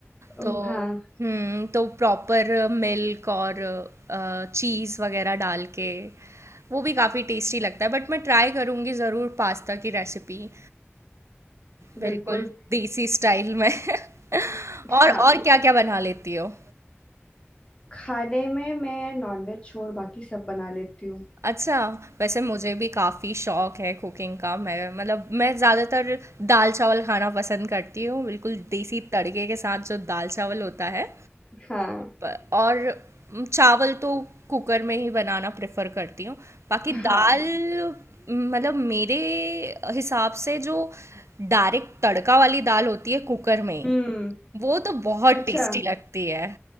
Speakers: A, on the right; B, on the left.
A: तो
B: ओ, हाँ
A: हम्म तो प्रॉपर मिल्क और चीज़ वगैरह डाल के वो भी काफ़ी टेस्टी लगता है बट मैं ट्राई करूँगी ज़रूर पास्ता की रेसिपी बिल्कुल
B: बिल्कुल
A: देसी स्टाइल में <laughs> और
B: हाँ
A: और क्या क्या बना लेती हो
B: खाने में मैं नॉनवेज छोड़ बाकी सब बना लेती हूँ
A: अच्छा वैसे मुझे भी काफ़ी शौक है कुकिंग का मैं मतलब मैं ज़्यादातर दाल चावल खाना पसंद करती हूँ बिल्कुल देसी तड़के के साथ जो दाल चावल होता है
B: हाँ
A: प- और म, चावल तो कुकर में ही बनाना प्रेफर करती हूँ बाकी
B: हाँ
A: दाल म, मतलब मेरे हिसाब से जो डायरेक्ट तड़का वाली दाल होती है कुकर में
B: हम्म
A: वो तो बहुत
B: अच्छा
A: टेस्टी लगती है